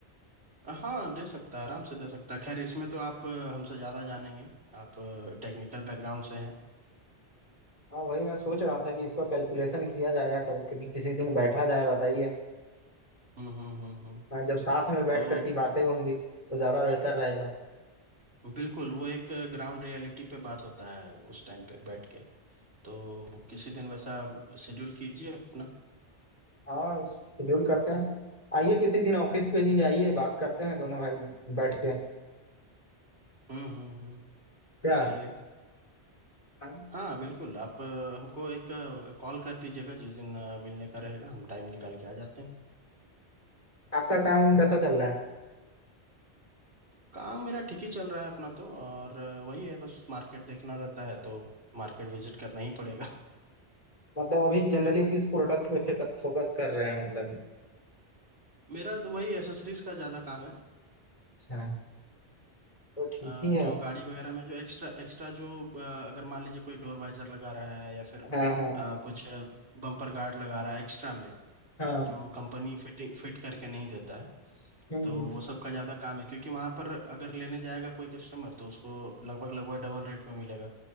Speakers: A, on the right; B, on the left.
A: हाँ दे सकता है आराम से दे सकता है खैर इसमें तो आप अ, हमसे ज़्यादा जानेंगे आप टेक्निकल बैकग्राउंड से हैं
B: हाँ वही मैं सोच रहा था कि इसका कैलकुलेशन किया जाएगा कब कभी किसी दिन बैठा जाए बताइए
A: हम्म हम्म हम्म हम्म।
B: हाँ, जब साथ में बैठ
A: तो
B: कर की बातें होंगी तो ज्यादा बेहतर रहेगा
A: बिल्कुल वो एक ग्राउंड रियलिटी पे बात होता है उस टाइम पे बैठ के तो किसी दिन वैसा शेड्यूल कीजिए अपना
B: हाँ शेड्यूल करते हैं आइए किसी दिन ऑफिस पे ही आइए बात करते हैं दोनों भाई बैठ के
A: हम्म हम्म हम्म
B: क्या
A: सही है
B: हाँ,
A: हाँ बिल्कुल आप अ, हमको एक कॉल कर दीजिएगा जिस दिन अ, मिलने का रहेगा हम टाइम निकाल के आ जाते हैं
B: आपका काम कैसा चल रहा है
A: काम मेरा ठीक ही चल रहा है अपना तो और अ, वही है बस मार्केट देखना रहता है तो मार्केट विजिट करना ही पड़ेगा
B: मतलब अभी जनरली किस प्रोडक्ट पे फोकस कर रहे हैं मतलब
A: <laughs> मेरा तो वही एसेसरीज का ज़्यादा काम है
B: अच्छा तो ठीक
A: अ,
B: ही है
A: जो गाड़ी वगैरह में जो एक्स्ट्रा एक्स्ट्रा जो अ, अगर मान लीजिए कोई डोर वाइजर लगा रहा है या फिर
B: हाँ हाँ
A: अ, कुछ बम्पर गार्ड लगा रहा है एक्स्ट्रा में
B: हाँ
A: जो कंपनी फिटिंग फिट करके नहीं देता है
B: हम्म,
A: तो
B: हम्म।
A: वो सब का ज़्यादा काम है क्योंकि वहाँ पर अगर लेने जाएगा कोई कस्टमर तो उसको लगभग लगभग डबल रेट में मिलेगा